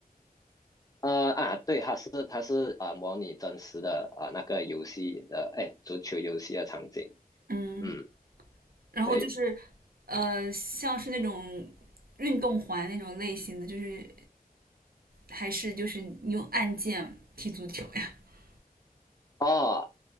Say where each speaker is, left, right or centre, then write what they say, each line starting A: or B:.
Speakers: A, on the left (about 25°); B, on the right (about 70°).
A: 呃啊，对，他是他是啊、呃模拟真实的啊、呃那个游戏的，哎，足球游戏的场景，
B: 嗯，
A: 嗯，
B: 然后就是
A: 对，
B: 呃，像是那种运动环那种类型的，就是还是就是你用按键踢足球呀，<laughs>
A: 哦